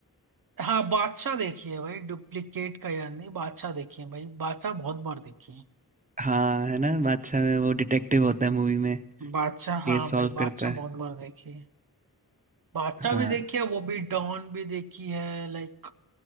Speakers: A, on the right; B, on the right.
A: हाँ बादशाह देखी है भाई डुप्लीकेट का याद नहीं बादशाह देखी है भाई बादशाह बहुत बार देखी है
B: हाँ है ना बादशाह में वो डिटेक्टिव होता है मूवी में
A: बादशाह हाँ
B: ये सॉल्व
A: भाई
B: करता
A: बादशाह
B: है
A: बहुत बार देखी है बादशाह
B: हाँ
A: भी देखी है वो भी डॉन भी देखी है लाइक